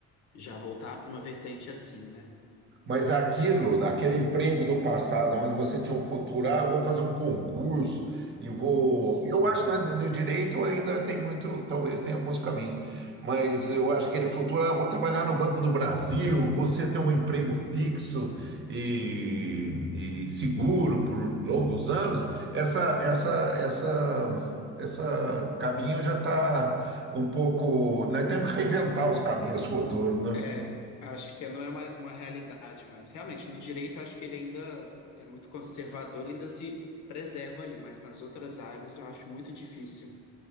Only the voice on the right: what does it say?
Mas aquilo, aquele emprego do passado, onde você tinha um futuro, ah, eu vou fazer um concurso e vou.
Eu acho que no direito ainda tem muito, talvez tenha alguns caminhos, mas eu acho que aquele futuro, ah, vou trabalhar no Banco do Brasil, você ter um emprego fixo e, e seguro por longos anos, essa, essa, essa, essa caminho já está um pouco. Nós temos que reinventar os caminhos futuros, né?